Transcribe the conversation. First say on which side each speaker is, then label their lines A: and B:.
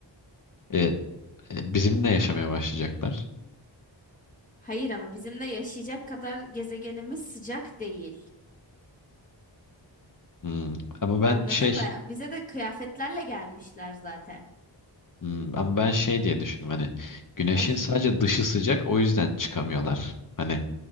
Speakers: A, on the left; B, on the left.
A: E, e, bizimle yaşamaya başlayacaklar.
B: Hayır ama bizimle yaşayacak kadar gezegenimiz sıcak değil.
A: Hmm, ama ben
B: Anladın
A: şey
B: mı? Bize de kıyafetlerle gelmişler zaten.
A: Hmm, ama ben şey diye düşündüm hani güneşin
B: Ay
A: sadece dışı sıcak o yüzden çıkamıyorlar. Hani